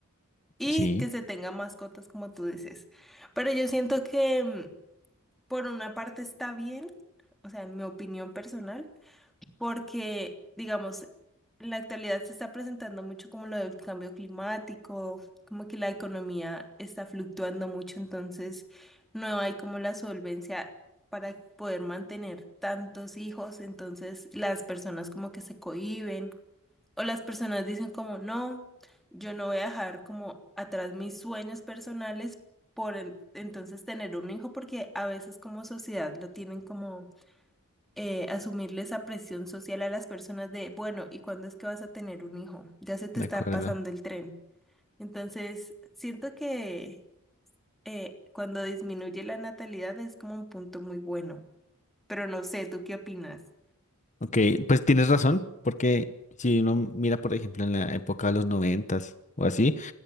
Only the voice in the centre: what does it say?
y
que se tenga mascotas, como tú dices. Pero yo siento que... mm, Por una parte está bien, o sea, en mi opinión personal, porque, digamos, en la actualidad se está presentando mucho como lo del cambio climático, como que la economía está fluctuando mucho, entonces no hay como la solvencia para poder mantener tantos hijos, entonces las personas como que se cohíben. O las personas dicen como, no, yo no voy a dejar como atrás mis sueños personales por en- entonces tener un hijo, porque a veces como sociedad lo tienen como eh, asumirle esa presión social a las personas de, bueno, ¿y cuándo es que vas a tener un hijo? Ya se te
está
pasando el tren. Entonces, siento que eh, cuando disminuye la natalidad es como un punto muy bueno, pero no sé, ¿tú qué opinas?